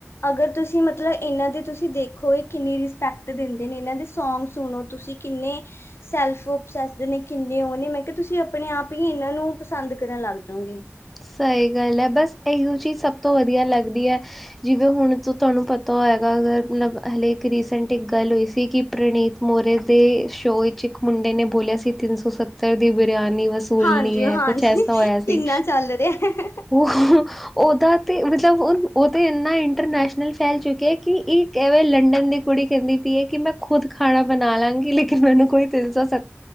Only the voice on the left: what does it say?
ਅਗਰ ਤੁਸੀਂ ਮਤਲਬ, ਇਹਨਾਂ ਦੀ ਤੁਸੀਂ ਦੇਖੋ, ਇਹ ਕਿੰਨੀ ਰਿ ਪੈਕਟ ਦਿੰਦੇ ਨੇ। ਇਹਨਾਂ ਦੇ ਸੌਗ ਸੁਣੋ ਤੁਸੀਂ, ਕਿੰਨੇ ਸੈਲ ਫੋਪ ਸੈਸ ਦੇ ਨੇ। ਕਿੰਨੇ ਉਹ ਨੇ, ਮੈਂ ਕਿਹਾ ਤੁਸੀਂ ਆਪਣੇ ਆਪ ਹੀ ਇਹਨਾਂ ਨੂੰ ਪਸੰਦ ਕਰਨ ਲੱਗਪੋਗੇ।
ਹਾਂਜੀ
ਹਾਂਜੀ
<inaudible>